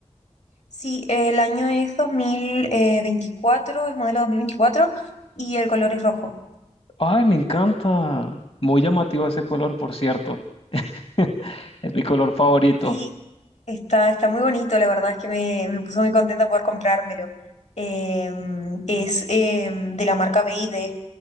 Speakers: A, on the left (about 75°); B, on the left (about 55°).
A: Sí, el año es dos mil veinticuatro es modelo 2024 y el color es rojo.
B: ¡Ay, me encanta! Muy llamativo ese color, por cierto. <laughs> Es mi color favorito.
A: Sí, está, está muy bonito, la verdad es que me, me puso muy contenta poder comprármelo. Em, es em, de la marca B I D